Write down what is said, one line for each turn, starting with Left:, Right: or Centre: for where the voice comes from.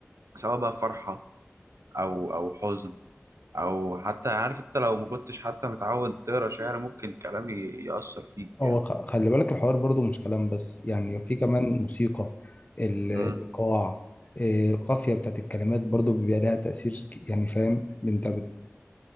Right: سواء بقى فرحة أو أو حزن أو حتى عارف أنت لو ما كنتش حتى متعود تقرا شعر ممكن كلام ي- يأثر فيك
Left: هو
Right: جامد
Left: خ- خلي بالك الحوار برضو مش كلام بس يعني في كمان موسيقى ال-
Right: مم.
Left: الإيقاع إيه، القافية بتاعت الكلمات برضو بيبقى لها تأثير ك- يعني فاهم انت بت